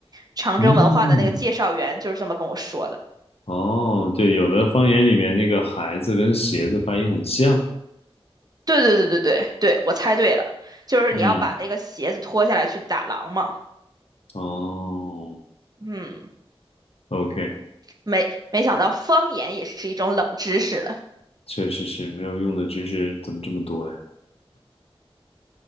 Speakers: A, on the right; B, on the left.
A: 长征文化的那个介绍员就是这么跟我说的。
B: 嗯，哦，对，有的方言里面那个孩子跟鞋子发音很像，
A: 对对对对对对，我猜对了，就是你要把那个鞋子脱下来去打狼嘛。
B: 嗯，哦
A: 嗯，
B: ，OK，
A: 没没想到方言也是一种冷知识了。
B: 确实是没有用的知识怎么这么多呀？